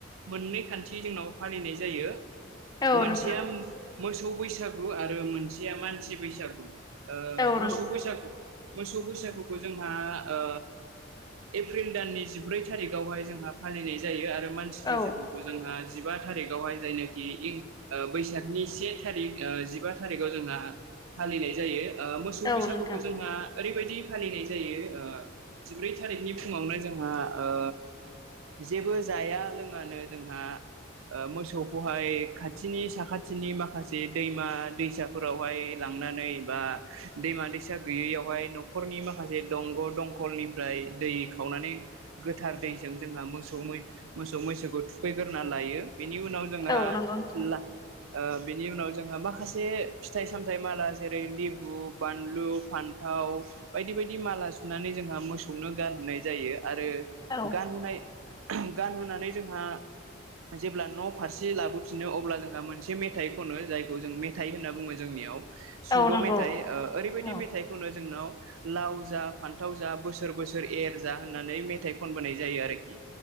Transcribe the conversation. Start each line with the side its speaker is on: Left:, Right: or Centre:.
Right: मोननै खान्थि जोंनाव फालिनाय जायो।
Left: औ
Right: मोनसेयाम
Left: नोंथां
Right: मोसौ बैसागु आरो मोनसेया मानसि बैसागु ओ
Left: औ
Right: मोसौ
Left: नंगौ
Right: बैसागु मोसौ बैसागुखौ जोंहा ओ एप्रिल दाननि जिब्रै थारिगआवहाय जोंहा फालिनाय जायो आरो मानसि
Left: औ
Right: बैसागुखौ जोंहा जिब बा थारिगआवहाय जायनाखि इं ओ बैसागनि से थारिग ओ जिबा थारिगाव जोंहा आ फालिनाय जायो ओ मोसौ
Left: औ
Right: बैसागुखौ
Left: नोंथां
Right: जोंहा ओरैबायदि फालिनाय जायो ओ जिब्रै थारिखनि फुङावनो जोंहा ओ जेबो जाया लोङानो जोंहा ओ मोसौखौहाय खाथिनि साखाथिनि माखासे दैमा दैसाफोरावहाय लां नानै बा दैमा दैसा गैयैयावहाय न'खरनि माखासे दंग दंखलनिफ्राय दै खावनानै गोथार दै जों जोंहा मोसौ मै मोसौ मैसोखौ थुखैगोरना लायो। बेनि उनाव जोंहा
Left: औ नंगौ नोंथां
Right: ला ओ बिनि उनाव जोंहा माखासे फिथाइ सामथाइ माला जेरै लेबु, बानलु, फान्थाव, बायदि बायदि माला सुनानै जोंहा मोसौनो गानहोनाय जायो आरो
Left: औ
Right: गानहोनाय गानहोनानै जोंहा जेब्ला न' फारसे लाबोफिनो अब्ला जोंहा मोनसे मेथाइ खनो जायखौ जों मेथाइ होनना बुङो जोंनियाव सुंद'
Left: औ नंगौ
Right: मेथाइ ओ ओरैबायदि
Left: औ
Right: मेथाइ खनो जोंनाव लाव जा फान्थाव जा बोसोर बोसोर एर जा होननानै मेथाइ खनबोनाय जायो आरोखि।